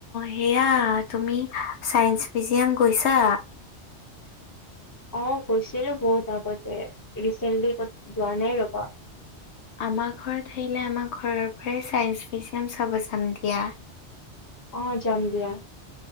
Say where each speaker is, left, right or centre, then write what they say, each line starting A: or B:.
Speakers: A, on the left; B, on the left.
A: সেয়া তুমি চাইন্স মিউজিয়াম গৈছা?
B: অ গৈছিলো বহুত আগতে ৰিচেন্টলি ক'ত যোৱা নাই ৰ'বা।
A: আমাৰ ঘৰত আহিলে আমাৰ ঘৰৰ পৰাই চাইন্স মিউজিয়াম চাব যাম দিয়া।
B: অ যাম দিয়া